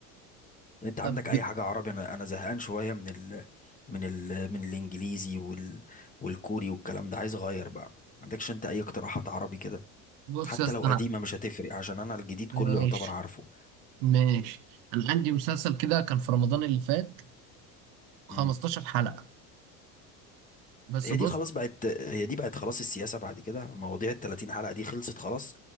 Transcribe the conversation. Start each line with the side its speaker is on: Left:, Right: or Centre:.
Left: انت
Right: طب
Left: عندك اي حاجه عربي انا انا زهقان شويه من ال من ال من الانجليزي وال والكوري والكلام ده عايز اغير بقى ما عندكش انت اي اقتراحات عربي كده
Right: بص
Left: حتى
Right: يا اسطى
Left: لو قديمه
Right: انا
Left: مش هتفرق عشان انا الجديد
Right: ماشي
Left: كله يعتبر عارفه
Right: ماشي انا عندي مسلسل كده كان في رمضان اللي فات 15
Left: امم
Right: حلقة بس
Left: هي
Right: بص
Left: دي خلاص بقت هي دي بقت خلاص السياسه بعد كده مواضيع ال 30 حلقه دي خلصت خلاص